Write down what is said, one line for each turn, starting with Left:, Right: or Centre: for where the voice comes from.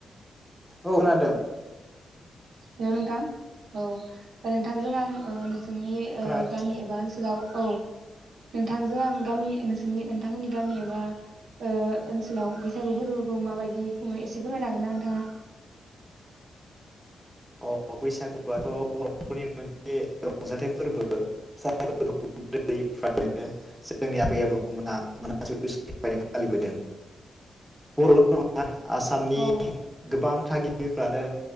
Centre: औ खोनादों।
Right: हेलौ नोंथां। औ नोंथांजों आं ओ नोंसोरनि ओ
Centre: खोनादों
Right: गामि एबा ओनसोलाव औ नोंथांजों आं गामि नोंसोनि नोंथांमोननि गामि एबा ओ ओनसोलाव बैसागु फोरबोखौ माबायदि खुङो एसे फोरमायनो हागोन ना नोंथाङा?
Centre: अ' बैसागुआथ' बर'फोरनि मोनसे रंजाथाइ फोरबो <unintelligible> जोंनि आबै आबौ मोना <unintelligible> फालिबोदों बर'ल' नङा आसामनि
Right: औ
Centre: गोबां थागिबिफ्रानो